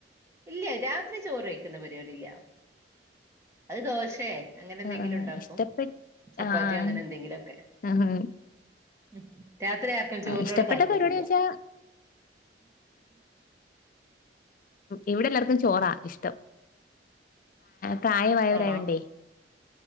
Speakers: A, on the right (about 15°); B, on the left (about 50°).
A: ഇല്ല രാത്രി ചോറ് വെക്ക്ന്ന പരിപാടി ഇല്ല അത് ദോശയെ അങ്ങനെ എന്തെങ്കിലും
B: ആഹ്
A: ഉണ്ടാക്കും
B: ഇഷ്ടപ്പെട്ട്
A: ചപ്പാത്തിയോ
B: ആഹ്
A: അങ്ങനെ എന്തെങ്കിലോക്കെ
B: ആഹ്
A: ഉം രാത്രി ആർക്കും ചോറിനോട്
B: ആഹ് ഇഷ്ടപ്പെട്ട
A: താല്പര്യല്ല
B: പരിപാടി വെച്ചാ ഇവിടെല്ലാർക്കും ചോറാ ഇഷ്ടം പ്രായമായവരായോണ്ടേ
A: ആണോ